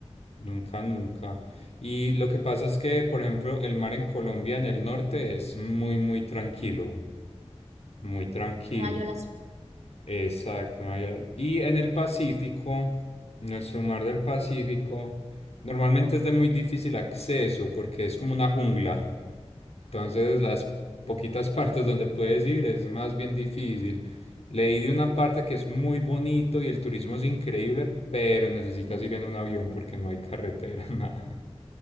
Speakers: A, on the left; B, on the right.
A: nunca, nunca. Y lo que pasa es que, por ejemplo, el mar en Colombia, en el norte, es muy, muy tranquilo, muy tranquilo,
B: No yo las.
A: exacto. no hay- Y en el Pacífico, nuestro mar del Pacífico, normalmente es de muy difícil acceso porque es como una jungla. Entonces, las poquitas <laughs> partes donde puedes ir es más bien difícil. Leí de una parte que es muy bonito y el turismo es increíble, pero necesitas ir en un avión porque no hay carretera, <laughs> nada.